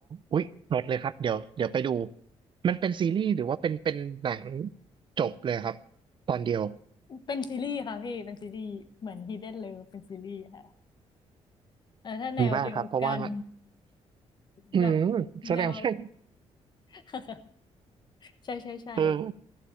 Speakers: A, on the right; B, on the left.
A: อุ๊ยหมดเลยครับเดี๋ยวเดี๋ยวไปดู มันเป็นซีรีส์หรือว่าเป็นเป็นหนังจบเลยครับตอนเดียว
B: เป็นซีรีส์ค่ะพี่เป็นซีรีส์เหมือน Hidden Love เป็นซีรีส์ค่ะเออถ้าแนวเดียวกัน
A: ดีมากครับเพราะว่าอืม
B: แบบ
A: แสดงว่า
B: แนว <laughs> ใช่ใช่ใช่
A: เออ